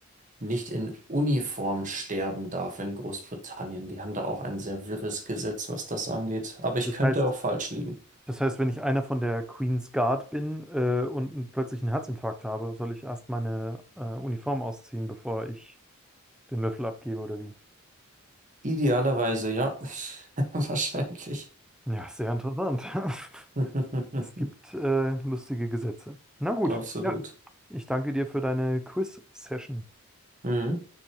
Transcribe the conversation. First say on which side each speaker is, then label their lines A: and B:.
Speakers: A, on the right (about 35°); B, in the centre.
A: nicht in Uniform sterben darf in Großbritannien. Die haben da auch ein sehr wirres Gesetz, was das angeht. Aber ich
B: Das
A: könnte
B: heißt,
A: auch falsch liegen.
B: das heißt, wenn ich einer von der Queen's Guard bin äh, und einen plötzlichen Herzinfarkt habe, soll ich erst meine äh, Uniform ausziehen, bevor ich den Löffel abgebe oder wie?
A: Idealerweise, ja. <laughs> Wahrscheinlich.
B: Ja, sehr interessant. <laughs>
A: <laughs>
B: Es gibt äh, lustige Gesetze. Na gut,
A: Absolut.
B: ja, ich danke dir für deine Quiz-Session.
A: Mhm.